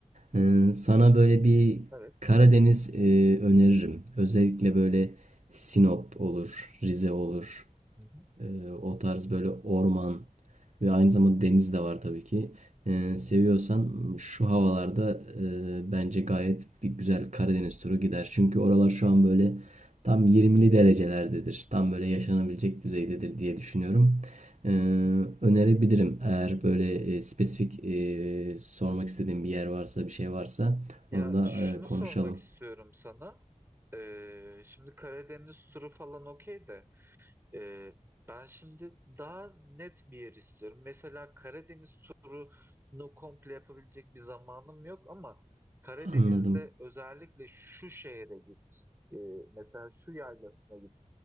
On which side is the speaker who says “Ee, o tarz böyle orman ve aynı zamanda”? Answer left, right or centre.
Right